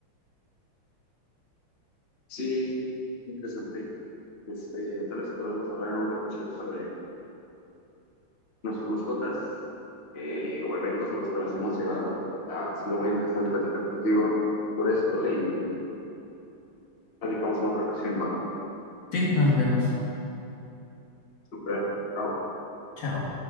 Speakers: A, on the left; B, on the left.
A: Sí, interesante. Este, tal vez podremos hablar en otra ocasión sobre nuestras mascotas eh, o eventos a los que las hemos llegado. Ha sido muy interesante platicar contigo por esto y platicamos en otra ocasión más.
B: Sí, nos vemos.
A: Super, chao.
B: Chao.